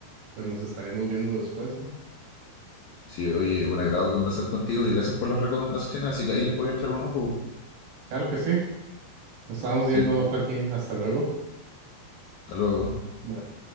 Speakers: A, on the right; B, on the left.
A: pues nos estaremos viendo después, ¿no?
B: Sí, oye, un agrado conversar contigo y gracias por las recomendaciones, así que ahí les voy a echar un ojo.
A: Claro que sí, nos estamos
B: Sí,
A: viendo, Joaquín, hasta luego.
B: hasta luego.
A: Bye.